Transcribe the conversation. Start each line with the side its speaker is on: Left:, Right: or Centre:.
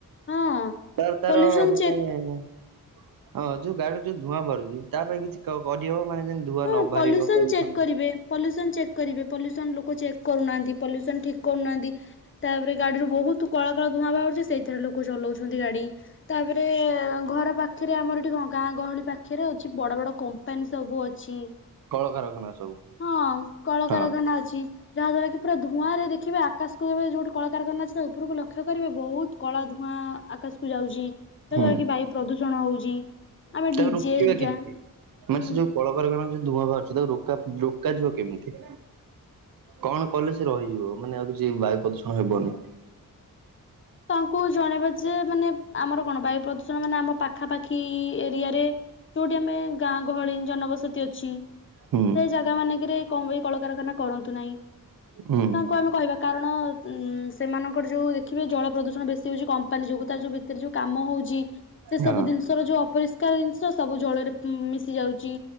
Left: ହଁ
Right: ତାର ତାର
Left: ପଲ୍ୟୁସନ
Right: ମାନେ
Left: ଚେକ୍
Right: ହଁ ଯୋଉ ଗାଡିରେ ଯୋଉ ଧୂଆଁ ବାହାରୁଛି ତା ପାଇଁ କିଛି କରିହେବ ମାନେ ଯେ ଧୂଆଁ
Left: ହଁ
Right: ନ ବାହାରିବ ପଲ୍ୟୁସନ
Left: ଚେକ୍ କରିବେ
Right: ରେ।
Left: ପଲ୍ୟୁସନ ଚେକ୍ କରିବେ। ପଲ୍ୟୁସନ ଲୋକ ଚେକ୍ କରୁନାହାନ୍ତି। ପଲ୍ୟୁସନ ଠିକ୍ କରୁନାହାନ୍ତି। ତାପରେ ଗାଡିରୁୁ ବୋହୁତ୍ କଳା କଳା ଧୂଆଁ ବାହାରୁଛି। ସେଇଥିରେ ଲୋକ ଚଲାଉଛନ୍ତି ଗାଡି। ତାପରେ ଏବେ ଘର ପାଖରେ ଆମର ଏଠି କଣ, ଗାଁ ଗହଳି ପାଖରେ ଅଛି, ବଡ ବଡ କମ୍ପାନୀ ସବୁ ଅ ଛି,
Right: କଳକାରଖାନା ସବୁ
Left: ହଁ କଳକାରଖାନା
Right: ହଁ
Left: ଅଛି। ଯାହା ଦ୍ଵାରା କି ପୁରା ଧୂଆଁରେ ଦେଖିବେ ଆକାଶକୁ ଯେବେ, ଯୋଉଠି କଳକାରଖାନା ଅଛି, ତା ଉପରକୁ ଲକ୍ଷ୍ୟ କରିବେ ବୋହୁତ୍ କଳା ଧୂଆଁ ଆକାଶକୁୁ ଯାଉଛି। ଯାହାଦ୍ୱାରା
Right: ହୁଁ।
Left: କି ବାୟୁ ପ୍ରଦୂଷଣ ହଉଛି। ଆମେ
Right: ତାକୁ
Left: ଡିଜେ
Right: ରୋକିବା
Left: ହେରିକା
Right: କେମିତି? ମାନେ
Left: ହୁଁ
Right: ସେ ଯୋଉ କଳକାରଖାନାରୁ ଯୋଉ ଧୂଆଁ ବାହାରୁଛି ତାକୁ ରୋକା ରୋକାଯିବ କେମିତି? କଣ କଲେ ସେ ରହିଯିବ ମାନେ ଆଉ କିଛି ବାୟୁ ପ୍ରଦୂଷଣ ହେବନି?
Left: ତାଙ୍କୁ ଜଣେଇବା ଯେ ମାନେ ଆମର କଣ ବାୟୁ ପ୍ରଦୂଷଣ ମାନେ ଆମ ପାଖାପାଖି ଏରିଆରେ ଯୋଉଠି ଆମେ ଗାଁ ଗହଳି ଜନବସତି ଅଛି। ସେଇ
Right: ହୁଁ
Left: ଜାଗା ମାନେଙ୍କରେ କଣ ଏ କଳକାରଖାନା କରନ୍ତୁ ନାହିଁ।
Right: ହଁ।
Left: ତାଙ୍କୁ ଆମେ କହିବା, କାରଣ ସେମାନଙ୍କର ଯେଉଁ ଦେଖିବେ ଜଳ ପ୍ରଦୂଷଣ ବେଶୀ ହଉଛି କମ୍ପାନୀ ଯୋଗୁ, ତାର ଯୋଉ ଭିତରେ ଯୋଉ କାମ ହଉଛି, ସେ
Right: ହଁ
Left: ସବୁ ଜିନିଷର ଯୋଉ ଅପରିଷ୍କାର ଜିନିଷ ସବୁ ଜଳରେ ମିଶି ଯାଉଛି।